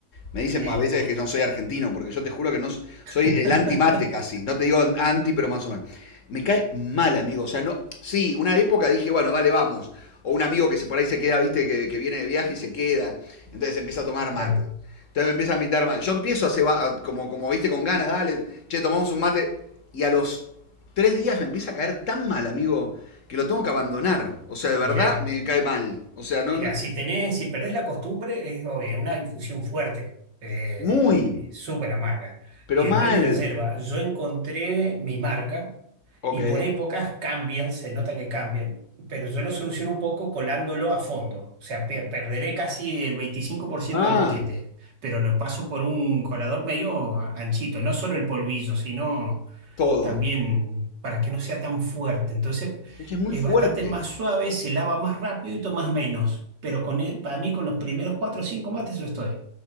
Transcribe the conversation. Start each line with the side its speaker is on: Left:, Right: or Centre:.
Left: me dicen
Right: Sí,
Left: a veces que no soy argentino, porque yo te juro que no so- soy
Right: <laughs>
Left: el anti-mate casi. No te digo anti, pero más o menos. Me cae mal, amigo. O sea, no. Sí, una época dije, bueno, dale, vamos. O un amigo que se por ahí se queda, viste, que, que viene de viaje y se queda. Entonces empieza a tomar
Right: claro.
Left: mate. Entonces me empieza a invitar mate. Yo empiezo a, ceba- a- como, como viste, con ganas, dale, che, tomamos un mate. Y a los tres días me empieza a caer tan mal, amigo, que lo tengo que abandonar. O sea, de verdad
Right: Mirá,
Left: me cae mal. O sea, no,
Right: mirá,
Left: no-
Right: si tenés, si perdés la costumbre, es obvio, una infusión fuerte, eh,
Left: muy,
Right: súper amarga.
Left: pero
Right: Y depende
Left: mal.
Right: de la yerba. Yo encontré mi marca
Left: Ok.
Right: y por épocas cambian, se nota que cambian. Pero yo lo soluciono un poco colándolo a fondo. O sea, pe- perderé casi el veinticinco por ciento
Left: Ah,
Right: del paquete, pero lo paso por un colador medio anchito, no solo el polvillo, sino
Left: todo.
Right: también para que no sea tan fuerte. Entonces
Left: Es que es muy
Right: es
Left: fuerte.
Right: bastante más suave, se lava más rápido y tomas menos. Pero con e- para mí con los primeros cuatro o cinco mates yo estoy.